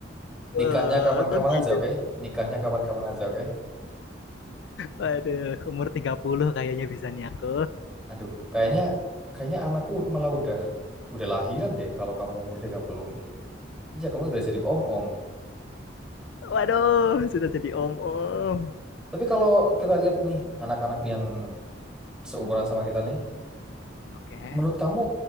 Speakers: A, on the left; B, in the centre.
A: Wah,
B: Nikahnya kapan-kapan
A: kok gitu?
B: aja, oke? Nikahnya kapan-kapan aja, oke?
A: waduh umur 30 kayaknya bisa nih aku
B: Aduh, kayaknya kayaknya anakku malah udah udah lahiran deh kalau kamu umur tiga puluh Iya, kamu udah jadi om-om.
A: Waduh, sudah jadi om-om.
B: Tapi kalau kita lihat nih anak-anak yang seumuran sama kita nih,
A: oke Okay.
B: menurut kamu